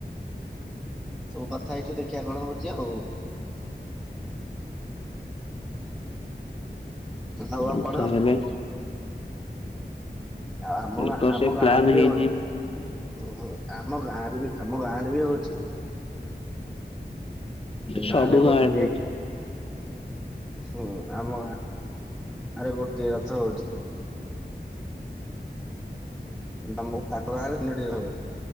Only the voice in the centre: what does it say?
ସବୁ କଥା ହେଇଚୁ ଦେଖିଆ କଣ ହଉଚି ଆଉ। ଆଉ ଆପଣ
ଆଉ ଆମ ଗାଁ
ଆମ
ଗାଁ ଆଡ଼େ ବି
ହଉଚି। ଉଁ ଆମ ଗାଁରେ ବି ଆମ ଗାଁରେ ବି ହଉଚି।
ଗାଁରେ ଗୋଟିଏ
ହୁଁ ଆମ ଗାଁ ଆରେ ଗୋଟେ ରଥ ହଉଚି। ତମ ପାଖ ଗାଁରେ ତିନୋଟି ଥ ହୁଏ।